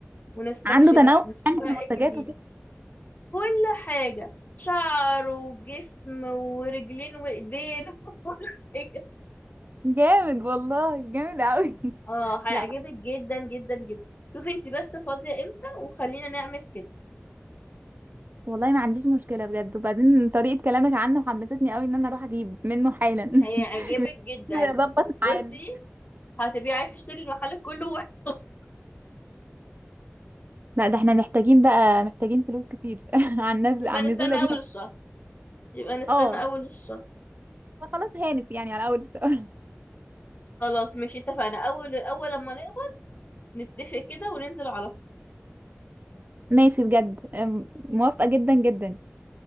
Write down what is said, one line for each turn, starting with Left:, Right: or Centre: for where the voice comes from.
Left: ونستكشفه
Right: عنده تنوع
Left: ونشوف
Right: يعني
Left: بقى
Right: في المنتجات
Left: ايه الجديد
Right: وكده
Left: كل حاجة شعر وجسم ورجلين وايدين <laughs> وكل حاجة
Right: جامد والله جامد قوي <laughs>
Left: اه هيعجبك
Right: لا
Left: جدا جدا جدا شوفي انت بس فاضية امتى وخلينا نعمل كده
Right: والله ما عنديش مشكله بجد وبعدين طريقه كلامك عنه حمستني قوي ان انا اروح اجيب منه حالا
Left: هيعجبك
Right: <laughs>
Left: جدا
Right: هظبط
Left: بصي
Right: ميعاد
Left: هتبقي عايز تشتري المحل كله واحد <laughs>
Right: لا ده احنا محتاجين بقى محتاجين فلوس كتير <laughs> عن نزل
Left: يبقى
Right: عن
Left: نستنى
Right: النزوله دي
Left: اول الشهر يبقى نستنى
Right: اه
Left: اول الشهر
Right: فخلاص هانت يعني على اول السؤال
Left: خلاص ماشي اتفقنا اول اول لما نقبض نتفق كده وننزل على طول
Right: ماشي بجد أم، موافقة جدا جدا